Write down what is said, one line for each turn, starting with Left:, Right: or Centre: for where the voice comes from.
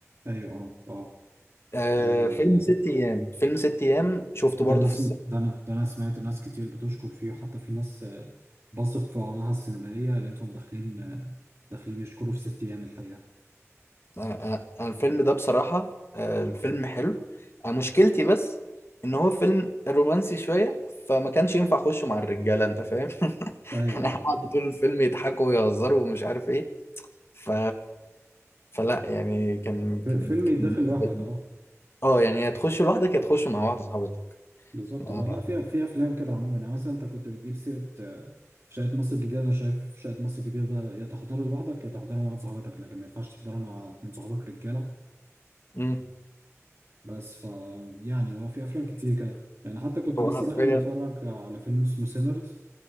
Right: ايوه اه اه
Left: آه
Right: آه،
Left: فيلم ست أيام فيلم ست أيام شفته
Right: ده
Left: برضو
Right: انا سم...
Left: في السينما
Right: ده انا ده انا سمعت ناس كتير بتشكر فيه حتى في ناس آه، بثق في آرائها السينمائيه لقيتهم داخلين آه، داخلين يشكروا في ست ايام الحقيقه
Left: انا أنا الفيلم ده بصراحة آه، الفيلم حلو أنا مشكلتي بس ان هو فيلم رومانسي شوية فما كانش ينفع اخشه مع الرجالة انت فاهم <laughs>
Right: ايوه
Left: احنا
Right: اه
Left: قعدوا
Right: اه
Left: طول الفيلم يضحكوا ويهزروا ومش عارف ايه ف فلا يعني كان
Right: ف-
Left: كان
Right: فيلم
Left: كان
Right: يتدخل
Left: بالنسبة
Right: لوحدك
Left: لي
Right: اه
Left: اه يعني يا تخش لوحدك يا تخش مع واحدة صاحبتك
Right: بالظبط
Left: آه.
Right: اه لا في في افلام كده عموما يعني مثلا انت كنت بتجيب سيره آه، شقه مصر الجديده انا شايف شقه مصر الجديده ده يا تحضرها لوحدك يا تحضرها مع واحد صاحبتك لكن ما ينفعش تحضرها مع اتنين صحابك رجاله
Left: امم
Right: بس ف يعني هو في افلام كتير كده يعني حتى كنت
Left: هو
Right: لسه
Left: حرفيا
Right: داخل متفرج على فيلم اسمه سينرز